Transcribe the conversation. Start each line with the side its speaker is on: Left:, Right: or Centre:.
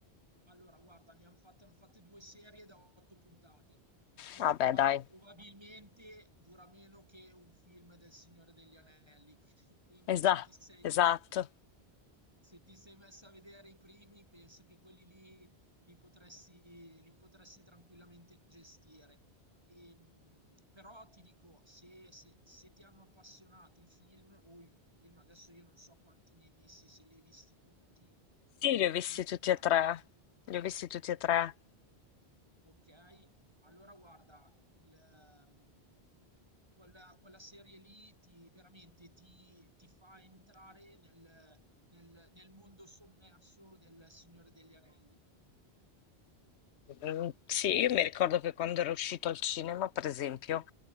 Right: Allora, guarda, ne han fatte han fatte 2 serie da 8 puntate, quindi
Left: Vabbè,
Right: proba
Left: dai,
Right: probabilmente dura meno che un film del Signore degli Anelli, <laughs> qui quindi
Left: Esa-
Right: se ti sei
Left: esatto.
Right: se ti sei messa a vedere i primi, penso che quelli lì li potresti li potresti tranquillamente gestire. Ehm, però ti dico, se se se ti hanno appassionato i film o il film, adesso io non so quanti ne hai visti, se li hai visti tutti
Left: Sì, li ho
Right: o
Left: visti
Right: solo in
Left: tutti
Right: parte.
Left: e tre. Li ho visti tutti e tre.
Right: Ok, allora guarda, il, ehm, quella, quella serie lì ti, veramente ti, ti fa entrare nel, nel- nel mondo sommerso del Signore degli Anelli.
Left: Mm, Sì, io mi ricordo che quando ero uscito al cinema, per esempio,